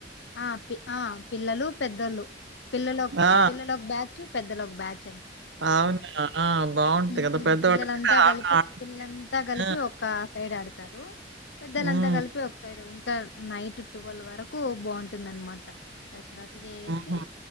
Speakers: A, on the left; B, on the right.
A: ఆ పి ఆ పిల్లలు పెద్దళ్లు పిల్లలు పిల్లలు
B: ఆ!
A: పిల్లలు ఒక బ్యాచ్ పెద్దలు ఒక బ్యాచ్
B: అవునా ఆ! బావుంటది
A: ఉహూ
B: కదా! పెద్దవాళ్ళు
A: పిల్లలంతా
B: కూడా
A: కలిపి
B: ఆట ఆడ
A: పిల్లలంతా కలిపి
B: ఆ!
A: ఒక సైడ్ ఆడతారు పెద్దలంతా
B: హ్మ్.
A: కలిపి ఒక్క సైడ్ ఇక నైట్ టువల్ వరకు బాగుంటుందనమాట చేసి
B: హుహు.